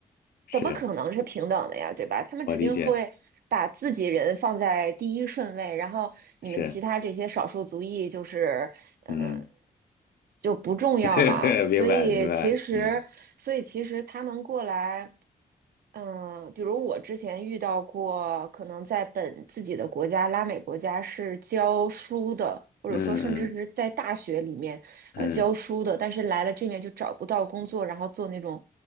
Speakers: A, on the left; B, on the right.
A: 是
B: 怎么可能是平等的呀，对吧？他们指定会把自己人放在第一顺位，
A: 我理解，
B: 然后你们其他这些少数族裔就是呃
A: 是，嗯，
B: 就不重要嘛。
A: <laughs>
B: 所以其实，
A: 明白明白，嗯
B: 所以其实他们过来。嗯，比如我之前遇到过，可能在本自己的国家，拉美国家是教书的，或者说甚至是在大学里面，
A: 嗯嗯嗯，
B: 呃教书的，但是来了这面就找不到工作，然后做那种